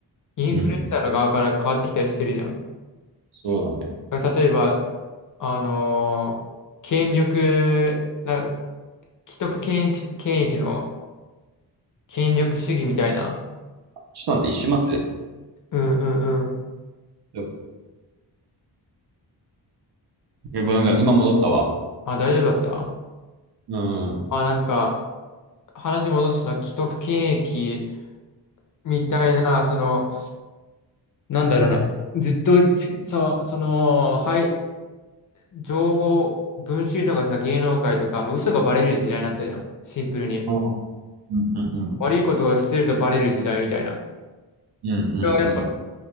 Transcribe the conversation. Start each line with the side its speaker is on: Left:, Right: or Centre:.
Left: インフルエンサーの側から変わってきたりしてるじゃん。
Right: うんそうだね。
Left: だから例えば、あのー権力、な、既得権益、権益の権力主義みたいな。
Right: ちょっと待って、一瞬待って。
Left: うんうんうん。
Right: ごめんごめん今戻ったわ。
Left: あ、大丈夫だった
Right: うん。うん。
Left: あ、なんか、話戻すのは既得権益みたいな、その、なんだろうな。ずっとち、そう、その、はい、情報、文集とかさ、芸能界とか、もう嘘がバレる時代だったじゃん。シンプルに。
Right: うんうんうん。
Left: 悪いことをしてるとバレる時代みたいな。
Right: うんうん
Left: それはやっぱ